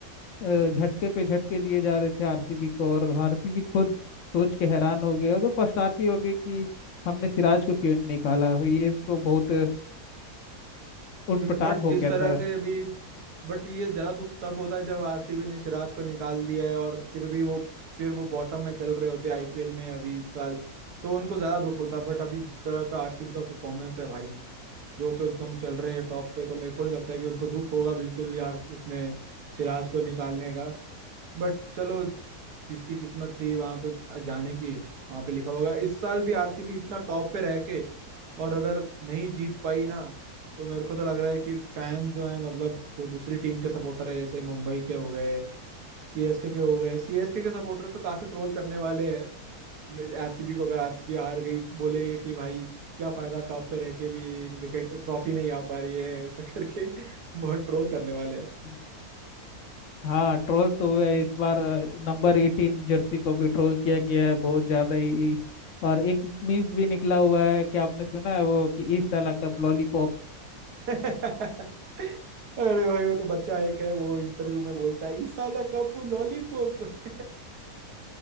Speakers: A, on the left (about 65°); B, on the right (about 85°).
A: अ, झटके पे झटके दिए जा रहे थे आरसीबी को और आरसीबी खुद सोच के हैरान हो गए होगे पछताती होगी कि हमने सिराज को क्यों निकाला ये तो बहुत उटपटांग
B: बट
A: हो
B: जिस
A: गया
B: तरह से अभी बट ये ज्यादा दुख तब होता है जब आरसीबी ने सिराज को निकाल दिया है और फिर भी वो फिर वो बॉटम में चल रहे होते हैं आईपीएल में अभी इस साल तो उनको ज्यादा दुख होता है बट अभी जिस तरह का आरसीबी का परफॉर्मेंस है भाई जो तो एकदम चल रहे हैं टॉप पे तो मेरे को नहीं लगता है कि उनको दुख होगा बिल्कुल भी यार उसमें सिराज को निकालने का बट चलो जिसकी किस्मत थी वहां पे जाने की वहां पे लिखा होगा इस साल भी आरसीबी इतना टॉप पे रह के और अगर नहीं जीत पाई ना तो मेरे को तो लग रहा है कि फैंस जो है मतलब जो दूसरी टीम के सपोर्टर है जैसे मुंबई के हो गए सीएसके के हो गए सीएसके के सपोर्टर्स तो काफी ट्रोल करने वाले हैं आरसीबी को अगर आरसीबी हार गई बोलेंगे कि भाई क्या फायदा टॉप पे रह के भी विकेट ट्रॉफी नहीं आ पा रही है ऐसा करके <laughs> बहुत ट्रोल करने वाले हैं
A: था हाँ ट्रोल तो हुआ है। इस बार नंबर एटीन जर्सी को भी ट्रोल किया गया है बहुत ज्यादा ही और एक मीम्स भी निकला हुआ है कि आपने सुना है वो कि इस साल का लॉलीपॉप
B: <laughs> अरे भाई वो तो बच्चा एक है वो इंटरव्यू में बोलता है ई साला कपू लॉलीपॉप <laughs>